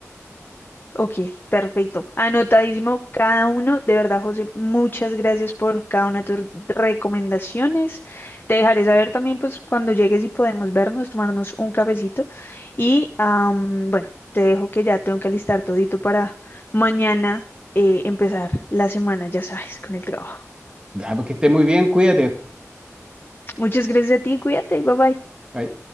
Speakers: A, on the left; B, on the right.
A: Ok, perfecto. Anotadísimo cada uno. De verdad, José, muchas gracias por cada una de tus recomendaciones. Te dejaré saber también, pues, cuando llegues y podemos vernos, tomarnos un cafecito. Y am, bueno, te dejo que ya tengo que alistar todito para mañana eh, empezar la semana, ya sabes, con el trabajo.
B: Ya, pues que estés muy bien, cuídate.
A: Muchas gracias a ti, cuídate, bye bye.
B: Bye.